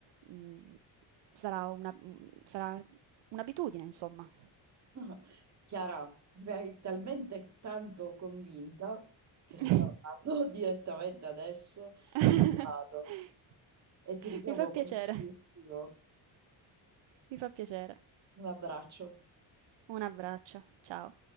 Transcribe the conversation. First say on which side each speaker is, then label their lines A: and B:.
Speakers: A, on the right (about 75°); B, on the right (about 35°).
A: mhmm, sarà una mhmm, sarà un'abitudine, insomma.
B: <laughs> Chiara, mi hai talmente tanto convinta che
A: <laughs>
B: salgo <laughs> direttamente adesso, vado e ti richiamo
A: Mi fa piacere,
B: prestissimo.
A: mi fa piacere.
B: Un abbraccio.
A: Un abbraccio, ciao.